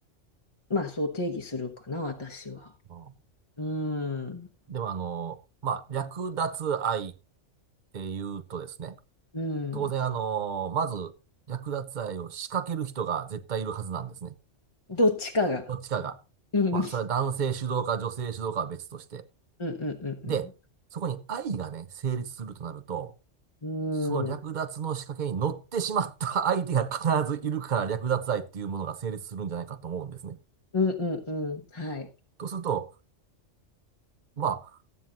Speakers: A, on the left; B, on the right.
A: まあそう定義するかな、私は。
B: まあ
A: うーん。
B: ーでも、あの、まあ、略奪愛っていうとですね、
A: うん。
B: 当然、あのまず、略奪愛を仕掛ける人が絶対いるはずなんですね。
A: どっちかが。
B: どっちかが。
A: うん。
B: まあ、それは男性主導か女性主導かは別として。
A: うんうん
B: で、そこに愛がね、成立するとなると、
A: うんうん。
B: その略奪の仕掛けに乗ってしまった相手が必ずいるから略奪愛っていうものが成立するんじゃないかと思うんですね。
A: うん。うんうんうん。はい。
B: とすると、まあ、